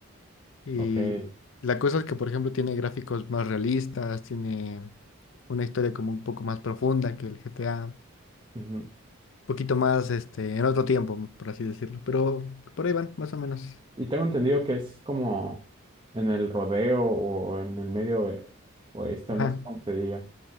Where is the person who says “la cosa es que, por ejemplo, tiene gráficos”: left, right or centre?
Left